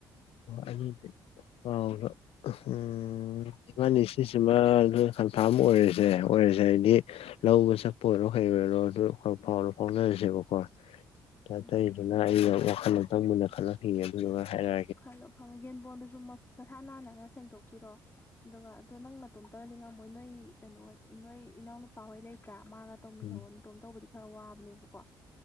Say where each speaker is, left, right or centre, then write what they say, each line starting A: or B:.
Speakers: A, on the left; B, on the left.
A: ꯑꯣꯗꯤ ꯍꯥꯎ ꯎꯝ ꯏ ꯃꯥꯅꯤ ꯁꯤꯁꯤꯃ ꯑꯗꯨ ꯀꯟꯐꯥꯔꯝ ꯑꯣꯏꯔꯁꯦ ꯑꯣꯏꯔꯁꯦ ꯍꯥꯏꯗꯤ ꯂꯧꯕ ꯆꯠꯄ ꯑꯣꯏꯔꯣ ꯐꯥꯎꯔ ꯐꯥꯎꯅꯁꯦꯕꯀ ꯆꯊꯩꯗꯨꯅ
B: ꯎꯝ
A: ꯑꯩꯅ ꯋꯥꯈꯜ ꯑꯃꯇꯪ ꯃꯨꯟꯅ ꯈꯜꯂꯛꯈꯤꯌꯦ ꯑꯗꯨꯗꯨꯒ ꯍꯥꯏꯔꯒꯦ
B: ꯈꯜꯂꯣ ꯈ ꯌꯦꯟꯕꯣꯟꯗꯨꯁꯨ ꯍꯥꯟ ꯍꯥꯟꯅꯒ ꯁꯦꯡꯗꯣꯛꯄꯤꯔꯣ ꯑꯗꯨꯒ ꯑꯗꯣ ꯅꯪ ꯅꯗꯤ ꯉꯝꯃꯣꯏ ꯅꯣꯏ ꯀꯩꯅꯣꯍꯣꯏ ꯅꯣꯏ ꯏꯅꯥꯎꯅ ꯅꯨꯄꯥꯍꯣꯏ ꯂꯩꯇ꯭ꯔꯥ ꯃꯥꯒ ꯇꯧꯃꯤꯟꯅꯧ
A: ꯎꯝ
B: ꯅꯇꯣꯝ ꯇꯧꯕꯗꯤ ꯈꯔ ꯋꯥꯕꯅꯦꯕꯀꯣ